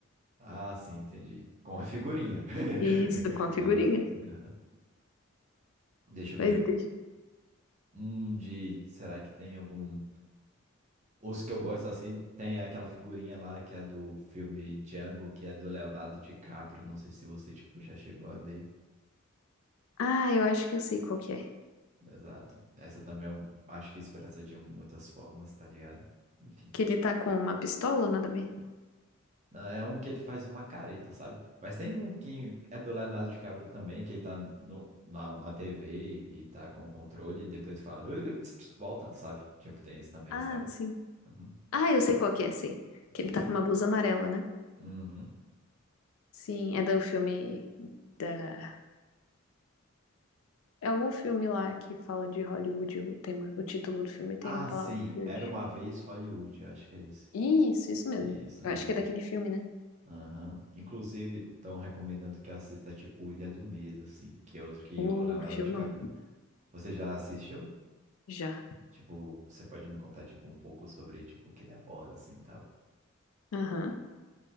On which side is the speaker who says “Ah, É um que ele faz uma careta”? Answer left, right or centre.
Right